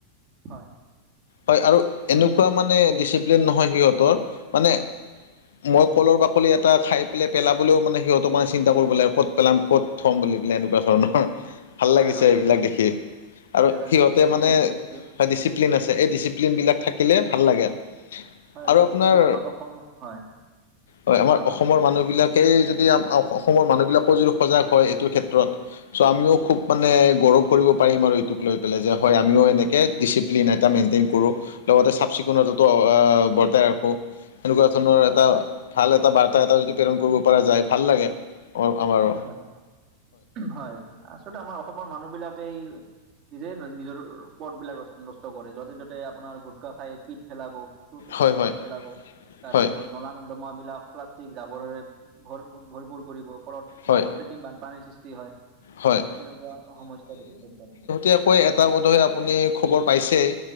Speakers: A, on the right (about 35°); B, on the left (about 60°).
A: হয়
B: হয় আৰু
A: হয়
B: এনেকুৱা- মানে ডিচিপ্লিন নহয় সিহঁতৰ মানে- মই কলৰ বাকলি এটা খাই পেলাই পেলাবলৈও মানে সিহঁতক মানে চিন্তা কৰিব লাগে ক'ত- পেলাম ক'ত থ'ম বুলি পেলাই এনেকুৱা ধৰণৰ ভাল
A: হয়
B: লাগিছে
A: হয়
B: এইবিলাক
A: হয়
B: দেখি
A: এইবিলাক
B: আৰু-
A: এটা
B: সিহঁতে
A: ডিচিপ্লিন
B: মানে
A: আছে কিন্তু
B: ডিচিপ্লিন আছে এই ডিচিপ্লিন বিলাক থাকিলে ভাল লাগে।
A: হয়
B: আৰু
A: লাগে
B: আপোনাৰ
A: কিন্তু আমাৰ অসমত হয়
B: অ আমাৰ
A: হয় কওকচোন
B: অসমৰ মানুহ বিলাক- সেই যদি অসমৰ মানুহবিলাকো যদি সজাগ হয় এইটোৰ ক্ষেত্ৰত। চ' আমিও খুব মানে গৌৰৱ কৰিব পাৰিম আৰু এইটোক। লৈ পেলাই যে হয় আমিও এনেকৈ ডিচিপ্লিন এটা মেইনটেইন কৰোঁ। লগতে চাফ চিকুণতো বৰ্জ্য ৰাখোঁ। হ সেনেকুৱা ধৰণৰ এটা ভাল এটা বাৰ্তা এটা যদি প্ৰেৰণ কৰিব পৰা যায় ভাল লাগে। আমাৰো
A: হয় হয় হয়। আচলতে আমাৰ অসমৰ মানুহ বিলাকে নিজে নিজৰ- পথবিলাক নষ্ট কৰে য'তে ত'তে আপোনাৰ গুটখা খাই পিট পেলাব। খুব
B: হয়
A: সেনেকুৱা
B: হয়
A: পেলাব তাৰ
B: হয়
A: পিছত নলা নৰ্দ- দমাবিলাক প্লাষ্টিক জাৱৰেৰে ভৰ, ভৰপূৰ কৰিব। ফলত-
B: হয়
A: বান কৃত্ৰিম বানপানীৰ সৃষ্টি হয় সেনেকুৱা
B: হয়
A: সমস্যা দেখিবলৈ পোৱা যায়।
B: এনেকৈ এটা বোধয়ে আপুনি খবৰ পাইছেই।